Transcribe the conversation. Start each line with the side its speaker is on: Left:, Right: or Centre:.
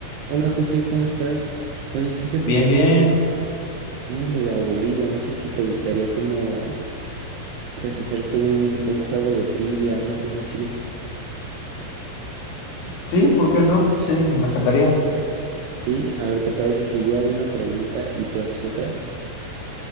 Right: Hola José, ¿cómo estás? Oye, fíjate
Left: Bien,
Right: que ando,
Left: bien.
Right: ando medio aburrido, no sé si te gustaría como, pues, hacerte un, un juego de trivia, una cosa así,
Left: Sí, ¿por qué no? Sí, me encantaría.
Right: ¿sí? A ver, ¿te parece si yo hago una pregunta y tú haces otra?